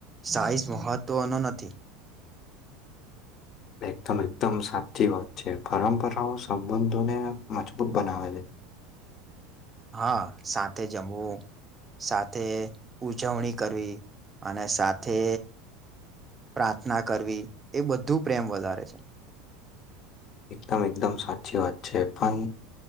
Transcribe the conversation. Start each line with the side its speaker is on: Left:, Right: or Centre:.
Right: સાઈઝ મહત્ત્વનો નથી.
Left: એકદમ એકદમ સાચી વાત છે પરંપરાઓ સંબંધોને મજબૂત બનાવે છે.
Right: હા સાથે જમવું. સાથે ઉજવણી કરવી અને સાથે પ્રાર્થના કરવી એ બધું પ્રેમ વધારે છે.
Left: એકદમ એકદમ સાચી વાત છે પણ